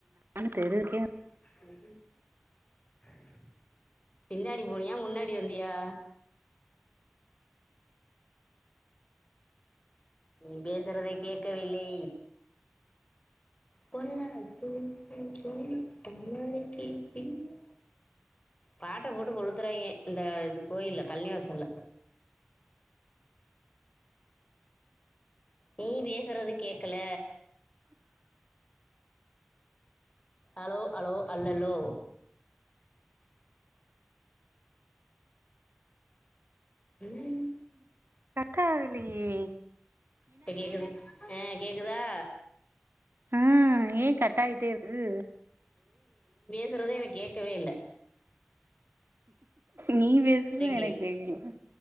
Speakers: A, on the right; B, on the left.
A: நா தெருவுக்கே
B: <unintelligible> பின்னாடி போனியா முன்னாடி வந்தியா நீ பேசறதே கேட்கவில்லே பொல்லாத சிறுக்கி பொல்லாத நறுக்கி பின்னால பாட்ட போட்டு கொளுத்துறாய்ங்க இந்த இது கோயில்ல கல்யாசல்ல நீ பேசுறது கேக்கல அலோ அலோ அல்லல்லோ ம்
A: தாலியே
B: இப்ப கேக்குது ஆ கேக்குதா
A: ஆ ஏ கட்டாய்யிட்டே இருக்கு
B: பேசுறது எனக்கு கேக்கவே இல்ல
A: நீ பேசுறது எனக்கேக்கல
B: கேக்